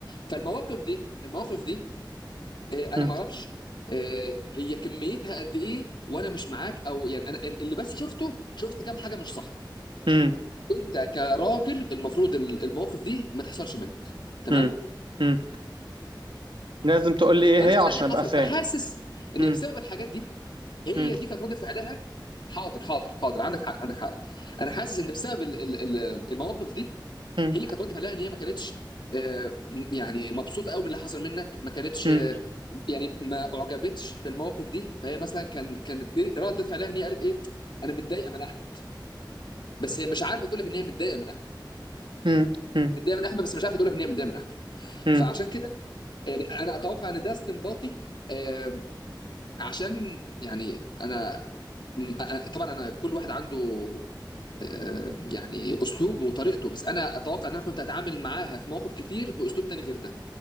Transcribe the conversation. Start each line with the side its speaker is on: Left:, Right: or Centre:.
Left: فالمواقف دي المواقف دي آه، انا
Right: مم.
Left: ما اعرفش آه، هي كميتها قد ايه وانا مش معاك او يعني انا اللي بس شفته شفت كام حاجه مش صح
Right: مم.
Left: انت كراجل المفروض ال- المواقف دي ما تحصلش منك تمام
Right: مم. مم. لازم تقول لي ايه
Left: فانا
Right: هي
Left: شفتها
Right: عشان
Left: ان هي حصلت
Right: ابقى فاهم
Left: فحاسس ان
Right: مم.
Left: بسبب الحاجات دي هي
Right: مم.
Left: دي كانت رده فعلها حاضر حاضر حاضر عندك حق عندك حق انا حاسس ان بسبب ال- ال- ال- المواقف دي
Right: مم.
Left: هي كانت رده فعلها ان هي ما كانتش آه، م- يعني مبسوطه قوي من اللي حصل منك ما كانتش
Right: مم.
Left: آه، يعني ما اعجبتش بالمواقف دي فهي مثلا كان كانت دي رده فعلها ان هي قالت ايه انا متضايقه من احمد بس هي مش عارفه تقول لك ان هي متضايقه من احمد
Right: مم. مم.
Left: متضايقه من احمد بس مش عارفه تقول لك ان هي متضايقه من احمد
Right: مم.
Left: فعشان كده يعني انا اتوقع ان ده استنباطي آم، عشان يعني انا م- أ- طبعا انا كل واحد عنده آم، يعني اسلوبه وطريقته بس انا اتوقع ان انا كنت هتعامل معاها في مواقف كتير باسلوب تاني غير ده